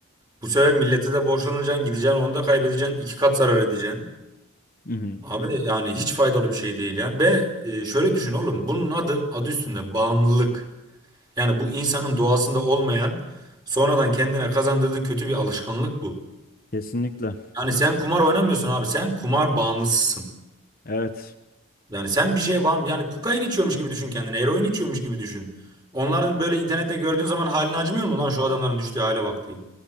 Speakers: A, on the right; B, on the left.
A: Bu sefer millete de borçlanacaksın gideceksin onu da kaybedeceksin iki kat zarar edeceksin.
B: Hı hı.
A: Abi yani hiç faydalı bir şey değil ya. Ve e, şöyle düşün oğlum bunun adı adı üstünde bağımlılık. Yani bu insanın doğasında olmayan sonradan kendine kazandırdığı kötü bir alışkanlık bu.
B: Kesinlikle.
A: Yani sen kumar oynamıyorsun abi sen kumar bağımlısısın.
B: Evet.
A: Yani sen bir şeye bağım yani kokain içiyormuş gibi düşün kendini. Eroin içiyormuş gibi düşün. Onların böyle internette gördüğün zaman halini acımıyor mu lan şu adamların düştüğü hale bak diye.